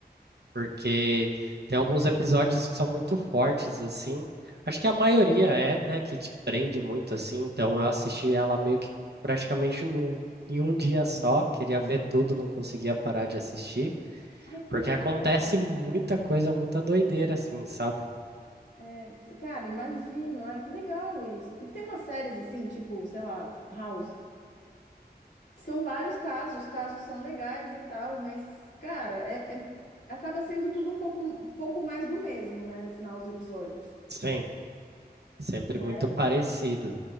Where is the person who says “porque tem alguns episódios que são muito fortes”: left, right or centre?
Right